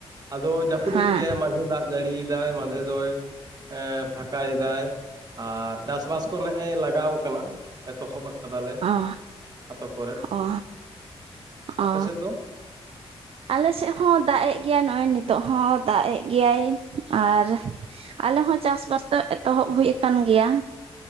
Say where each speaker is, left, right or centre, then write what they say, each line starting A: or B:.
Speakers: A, on the right; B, on the right.
A: ᱟᱫᱚ ᱡᱟᱹᱯᱩᱫ
B: ᱦᱮᱸ
A: ᱮᱫ ᱜᱮᱭᱟᱭ ᱢᱟᱡᱷᱮ ᱫᱟᱜ ᱡᱟᱹᱲᱤᱭᱮᱫᱟᱭ ᱢᱟᱫᱷᱮ ᱫᱚᱭ ᱮᱸᱻ ᱯᱷᱟᱴᱟᱭᱮᱫᱟᱭ ᱟᱨ ᱪᱟᱥᱵᱟᱥ ᱠᱚ ᱱᱮᱜ-ᱮ ᱞᱟᱜᱟᱣ ᱠᱟᱱᱟ ᱮᱛᱚᱦᱚᱵ ᱟᱠᱟᱫᱟᱞᱮ
B: ᱚ
A: ᱟᱛᱳ ᱠᱚᱨᱮ
B: ᱚ
A: ᱟᱯᱮ
B: ᱚ
A: ᱥᱮᱫ ᱫᱚ
B: ᱟᱞᱮ ᱥᱮᱫ ᱦᱚᱸ ᱫᱟᱜᱼ ᱮᱜ ᱜᱮᱭᱟᱭ ᱱᱚᱜᱼᱚᱭ ᱱᱤᱛᱚᱜ ᱦᱚᱸ ᱫᱟᱜ ᱮᱜ ᱜᱮᱭᱟᱭ ᱟᱨ ᱟᱞᱮ ᱦᱚᱸ ᱪᱟᱥᱵᱟᱥ ᱫᱚ ᱮᱛᱚᱦᱚᱵ ᱦᱩᱭ ᱠᱟᱱ ᱜᱮᱭᱟ